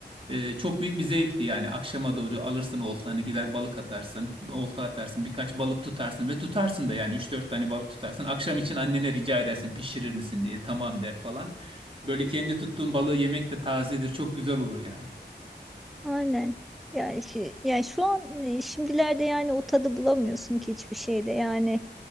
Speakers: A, on the right; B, in the centre.
A: ee, çok büyük bir zevkti yani akşama doğru alırsın oltanı gider balık atarsın olta atarsın birkaç balık tutarsın ve tutarsın da yani üç dört tane balık tutarsın akşam için annene rica edersin pişirir misin diye tamam der falan böyle kendi tuttuğun balığı yemek de tazedir çok güzel olur yani.
B: aynen. Ya şi- ya şu an e, şimdilerde yani o tadı bulamıyorsun ki hiçbir şeyde. Yani